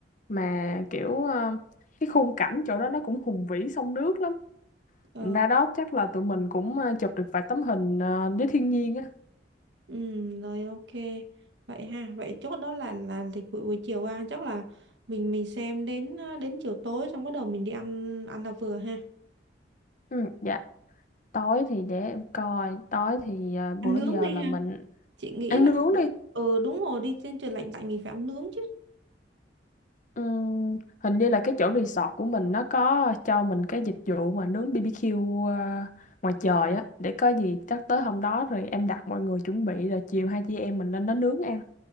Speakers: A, on the left; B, on the right.
A: mà kiểu ờ, cái khung cảnh chỗ đó nó cũng hùng vĩ sông nước lắm
B: ờ
A: ra đó chắc là tụi mình cũng ờ, chụp được vài tấm hình ờ, với thiên nhiên á
B: ừ rồi ok vậy ha vậy chốt đó là là lịch vụ buổi chiều ha chắc là mình mình xem đến ờ, đến chiều tối xong bắt đầu mình đi ăn ăn là vừa ha
A: Ừ, dạ tối thì để em coi tối thì à, bữa
B: ăn nướng
A: giờ
B: đi
A: là mình
B: ha chị nghĩ
A: ăn
B: là
A: nướng đi
B: ừ đúng rồi đi trên trời lạnh lạnh mình phải ăn nướng chứ
A: Ừm, hình như là cái chỗ resort của mình nó có cho mình cái dịch vụ mà nướng BBQ ờ, ngoài trời á để có gì chắc tới hôm đó rồi em đặt mọi người chuẩn bị rồi chiều hai chị em mình lên đó nướng ăn.